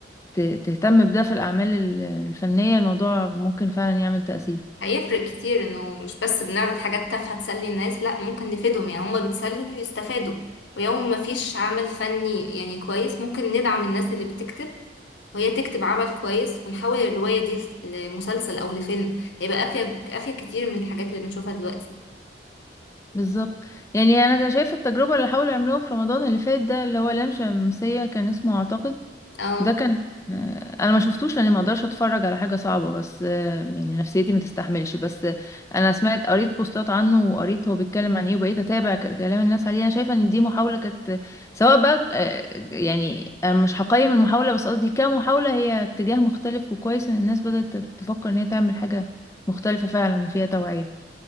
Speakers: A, on the left; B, on the left.
A: ت- تهتم بده في الاعمال ال- الفنيه الموضوع ممكن فعلا يعمل تأثير
B: هيفرق كتير انه مش بس بنعرض حاجات تافهة تسلي الناس لا ممكن نفيدهم يعني هما بيتسلوا ويستفادوا ويوم ما فيش عمل فني يعني كويس ممكن ندعم الناس اللي بتكتب وهي تكتب عمل كويس ونحول الرواية دي لف- لمسلسل أو لفيلم هيبقى أفيد أفيد كتير من الحاجات اللي بنشوفها دلوقتي
A: بالظبط يعني انا شايفه التجربه اللي حاولوا يعملوها في رمضان اللي فات ده اللي هو لام شمسيه كان اسمه اعتقد
B: اه
A: ده كان آه، انا ما شفتوش لاني ما اقدرش اتفرج على حاجه صعبه بس آه، يعني نفسيتي ما تستحملش بس آه، انا سمعت قريت بوستات عنه وقريت هو بيتكلم عن ايه وبقيت اتابع ك- كلام الناس عليه انا شايفه ان دي محاوله كانت سواء بقى آه، يعني انا مش هقيم المحاوله بس قصدي كمحاوله هي اتجاه مختلف وكويس ان الناس بدات تفكر ان هي تعمل حاجه مختلفه فعلا فيها توعيه